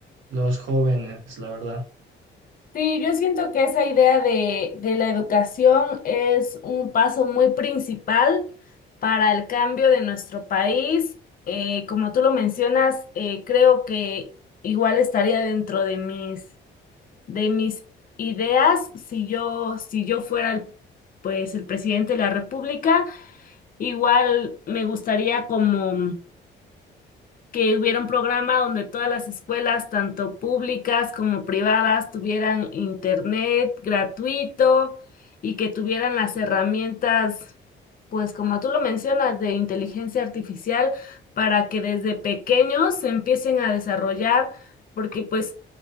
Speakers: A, on the right; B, on the left.
A: los jóvenes, la verdad.
B: Sí, yo siento que esa idea de, de la educación es un paso muy principal para el cambio de nuestro país. Eh, como tú lo mencionas, eh, creo que igual estaría dentro de mis, de mis ideas si yo, si yo fuera el- pues el presidente de la República. Igual me gustaría como que hubiera un programa donde todas las escuelas, tanto públicas como privadas, tuvieran internet gratuito y que tuvieran las herramientas, pues como tú lo mencionas, de inteligencia artificial para que desde pequeños se empiecen a desarrollar, porque pues